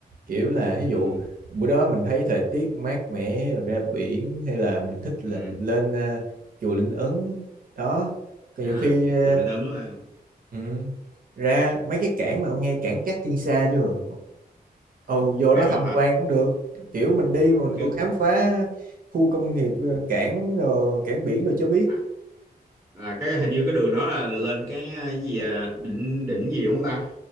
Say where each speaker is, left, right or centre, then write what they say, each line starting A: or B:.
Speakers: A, on the right; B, on the right.
A: kiểu là ví
B: ừ,
A: dụ bữa đó mình thấy thời tiết mát mẻ rồi ra biển hay là mình thích là
B: ừ.
A: mình lên ờ, chùa Linh Ấn đó còn
B: à
A: nhiều khi ờ,
B: chùa Linh Ứng là
A: ừ, ra mấy cái cảng mà ông nghe cảng Cát Tiên Sa chưa ừ
B: à,
A: vô
B: đẹp
A: đó
B: lắm
A: tham
B: hả
A: quan cũng được kiểu mình đi mà mình
B: trước
A: còn khám phá khu công nghiệp ờ, cảng rồi cảng biển rồi cho biết
B: à, là cái hình như cái đường đó là lên cái à, cái gì à, đỉnh đỉnh gì đúng không ta